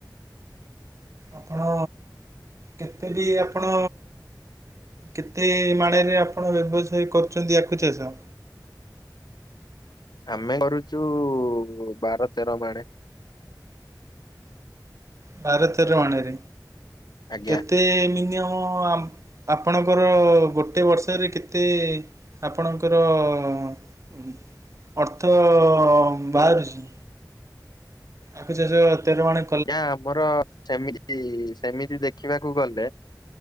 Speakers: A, on the right; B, on the left.
A: ଆପଣ କେତେ ବି ଆପଣ କେତେ ମାଣରେ ଆପଣ ବ୍ୟବସାୟ କରୁଛନ୍ତି ଆଖୁ ଚାଷ?
B: ଆମେ କରୁଛୁ ବାର ତେର ମାଡେ <inaudible>
A: ଭାରତେର ଅଣରେ
B: ଆଜ୍ଞା
A: କେତେ ମିନିଅମ ମୁଁ ଆପଣଙ୍କର ଗୋଟଏ ବର୍ଷରେ କେତେ ଆପଣଙ୍କର <inaudible> ଅର୍ଥ ବାହାରୁଛି? ଆକୁ ଚାଷ ତେର ମାଣେ
B: ଜ୍ଞା ଆମର ଯେମିତି ସେମିତି ଦେଖି ଦେଖିବାକୁ ଗଲେ